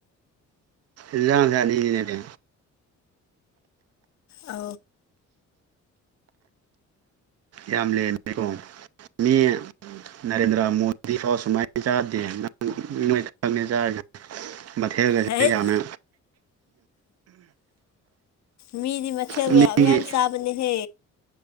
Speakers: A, on the right; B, on the left.
A: ꯏꯁꯅꯤ ꯂꯩꯦ
B: ꯑ
A: ꯌꯥꯝ ꯂꯦꯟꯃꯦꯦꯀꯣ ꯃꯤ ꯅꯔꯦꯟꯗ꯭ꯔ ꯃꯣꯗꯤ ꯐꯥꯎ ꯁꯨꯃꯥꯏꯅ ꯆꯥꯗꯦ ꯅꯪ ꯃꯊꯦꯔꯒꯁꯦ
B: ꯍꯦꯠ
A: ꯌꯥꯝꯅ
B: ꯃꯤꯗꯤ ꯃꯔ ꯑꯣꯏ
A: ꯃꯤꯒꯤ
B: ꯌꯥꯝ ꯃꯌꯥꯝ ꯁꯥꯕꯅꯤ ꯍꯦ